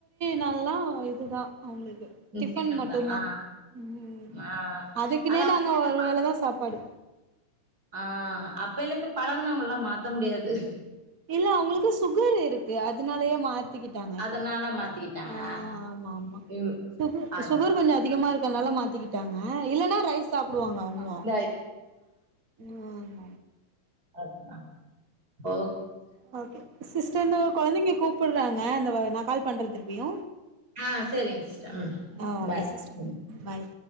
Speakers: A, on the right; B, on the right.
A: நல்லா இதுதா அவங்களுக்கு
B: ம்
A: டிஃபன் மட்டுந்தா
B: தா ஆ
A: ம்
B: ஆ
A: அதுக்குனே
B: அது அப்பைல
A: நாங்க
B: இருந்து
A: ஒரு
B: பழ
A: வேலதா சாப்பாடு
B: ஆ அப்பிலந்து பழகுனவங்கெல்லா மாத்த முடியாது
A: இல்ல அவுங்களுக்கு சுகர் இருக்கு அதனாலயா மாத்திகிட்டாங்க இப்போ
B: அதனால மாத்திக்கிட்டாங்க
A: ஆ ஆமாமா
B: இவ்
A: சுகர்
B: அதுதா
A: சுகர் கொஞ்சோ அதிகமா இருக்கனால மாத்திகிட்டாங்க இல்லனா ரைஸ் சாப்டுவாங்க அவுங்களு
B: இந்த
A: ம்
B: அதுக்குதா ஓ
A: ஓகே சிஸ்டர் இந்த கொழந்தைங்க கூப்டுறாங்க எ இந்த வ எனா கால் பண்ற திருப்பியு
B: ஆ சரிங்க சிஸ்டர் ம்
A: ஆ ஓகே
B: பாய்
A: சிஸ்டர்
B: ம்
A: பாய்